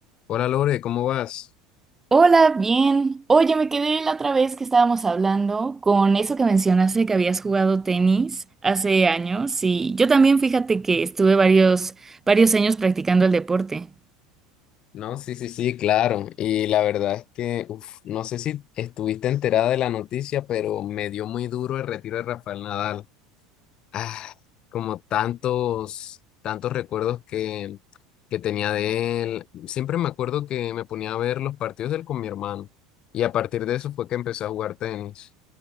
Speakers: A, on the left; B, on the right.
A: Hola Lore, ¿cómo vas?
B: Hola, bien. Oye, me quedé la otra vez que estábamos hablando con eso que mencionaste que habías jugado tenis hace años y yo también fíjate que estuve varios, varios años practicando el deporte.
A: No, sí, sí, sí, claro. Y la verdad es que, uf, no sé si estuviste enterada de la noticia, pero me dio muy duro el retiro de Rafael Nadal. Ah, como tantos, tantos recuerdos que, que tenía de él. Siempre me acuerdo que me ponía a ver los partidos de él con mi hermano. Y a partir de eso fue que empecé a jugar tenis.